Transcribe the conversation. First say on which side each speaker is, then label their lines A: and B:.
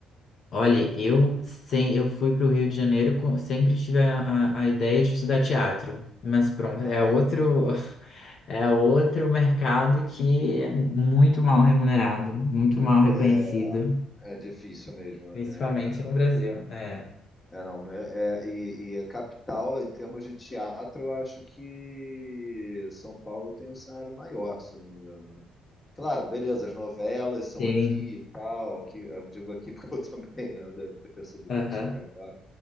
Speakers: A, on the left (about 45°); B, on the left (about 15°).
A: Olha, eu sem, eu fui para o Rio de Janeiro, com- sempre tive a, a, a ideia de estudar teatro, mas pronto,
B: Ah,
A: é outro <laughs> é outro mercado que é muito mal remunerado, muito mal reconhecido,
B: é, é difícil mesmo.
A: principalmente
B: É,
A: no Brasil. É,
B: é, não, é, é- e, e a capital, em termos de teatro, eu acho que São Paulo tem um cenário maior, se eu não me engano. Claro, beleza, as novelas são
A: sim,
B: aqui e tal, aqui, eu digo aqui porque eu <laughs> também, né, eu deve ter percebido
A: aham,
B: que eu sou carioca,